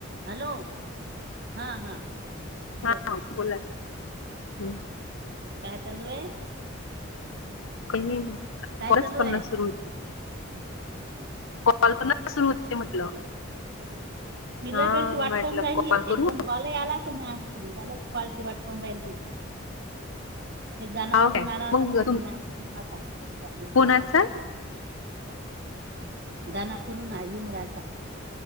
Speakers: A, on the right (about 55°); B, on the left (about 85°).
A: Hello हा हा बोल
B: हा बोला हम्.
A: काय चालू आहे.
B: काय नाही
A: काय
B: कोर्स
A: चालू
B: करण
A: आहे
B: सुरू कल्पना सुरू होत ते म्हटलं.
A: मि
B: हा
A: लय वेेळची वाट
B: म्हटलं
A: पाऊन राहिली
B: कॉल करू
A: एकदम कॉलही आला क ना. बलाच क्वालची वाटपून राहिल त एकदाना
B: हा
A: पुरून
B: काय
A: आला होता
B: मग
A: मु तुम्ही
B: तुम
A: आ थांबता मंदराला
B: कोणाचा
A: दना पूरण येऊन राहता.